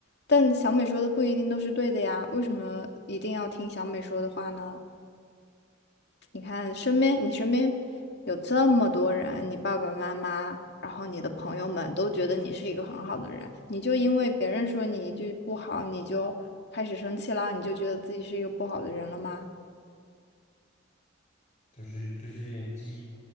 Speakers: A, on the left; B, on the left.
A: 但小美说的不一定都是对的呀。为什么一定要听小美说的话呢？你看身边，你身边有这么多人，你爸爸妈妈，然后你的朋友们都觉得你是一个很好的人，你就因为别人说你一句不好，你就开始生气啦，你就觉得自己是一个不好的人了吗？
B: 就是就是有点激，